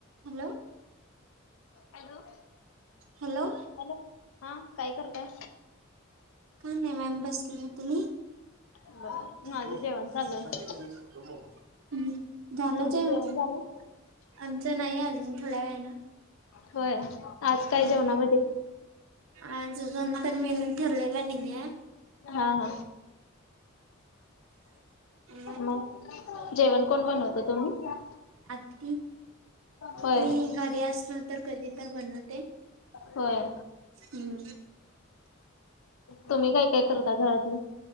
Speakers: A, on the right; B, on the left.
A: Hello
B: hello.
A: हॅलो
B: हॅलो हा काय करतय
A: काय नाही मॅम बसली तुम्ही
B: बर माझं
A: हो
B: जेवण चालू
A: आणतो
B: आहे.
A: झालंच
B: तुमचं
A: आहे
B: जेवण
A: म
B: झालं?
A: आमचं नाही अजून थोड्या वेळाला
B: होय आज काय
A: होय
B: जेवणामध्ये?
A: आज अजून तरर मी ठरलेला नाही आहेे
B: हा हा
A: मग
B: म जेवण कोण बनवत तुम्ही
A: आत्ती
B: होय
A: मी घरी असलो तर कधी तर बनवते
B: होय
A: हम्म
B: तुम्ही काय काय करता घरातलं